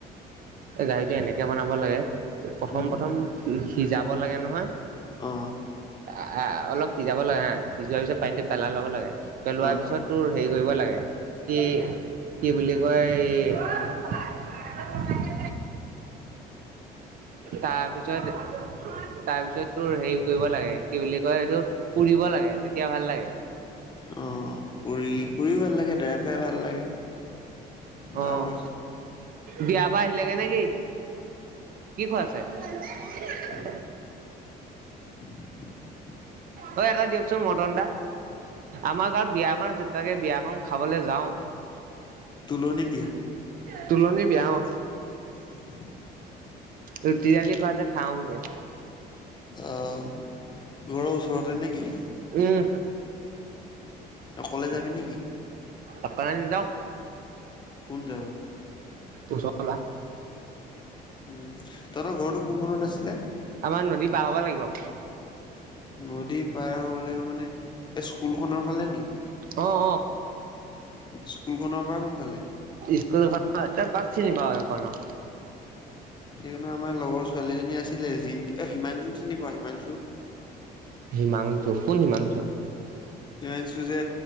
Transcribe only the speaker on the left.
উম,
অ',
অ',
অ' পুৰি ফুৰি ভাল ভাল লাগে, ড্ৰাই ফ্ৰাই ভাল লাগে
তাৰ পাছত
<inaudible>
তুলনি বিয়া?
<inaudible>
অ' ঘৰৰ ওচৰতে নেকি?
অকলে যাবি নেকি?
কোন যাব
উম, তহঁতৰ ঘৰটো কোন কোণত আছিলে
নদী পাৰ হ'ব লাগিব মানে এই স্কুলখনৰ ফালে নি?
স্কুলখনৰ পৰা কোন ফালে?
হেইখনত আমাৰ লগৰ ছোৱালী জনী আছিলে, জিম-হিমাংচুক চিনি পাওঁ হিমাংচু?
হিমাংচু যে